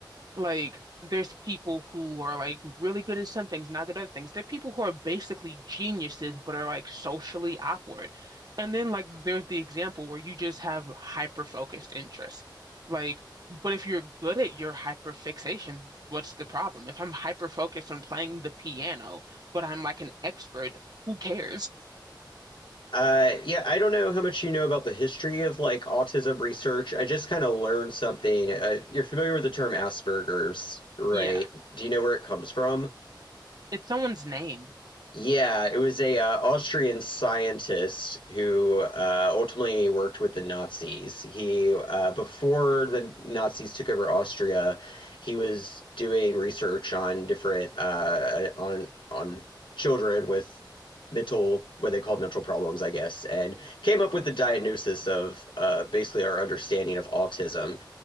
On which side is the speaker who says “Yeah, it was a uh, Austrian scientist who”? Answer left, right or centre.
Left